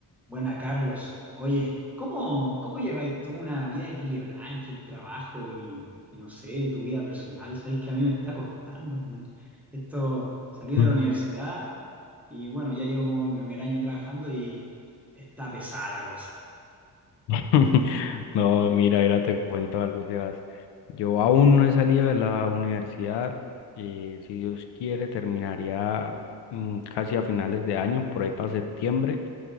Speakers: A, in the centre; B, on the left.
A: Buena, Carlos. Oye, ¿cómo, cómo lleváis tú una vida equilibrada entre el trabajo y, y no sé, tu vida personal? Sabéis que a mí me está costando, weón. Esto, salí de
B: Mm.
A: la universidad y bueno, ya llevo como mi primer año trabajando y está pesada la cosa.
B: <laughs> No, mira, mira, te cuento algo, Sebas. Yo aún no he salido de la universidad. eh, si Dios quiere, terminaría mm, casi a finales de año, por ahí para septiembre.